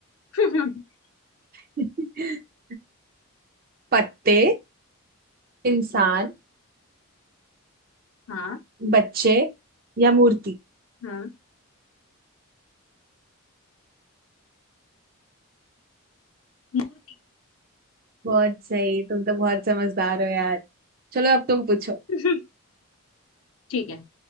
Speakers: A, on the left; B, on the right.
A: <laughs>
B: <laughs> पत्ते इंसान
A: हाँ
B: बच्चे या मूर्ति
A: हाँ मूर्ति
B: बहुत सही तुम तो बहुत समझदार हो यार चलो अब तुम पूछो
A: <laughs> ठीक है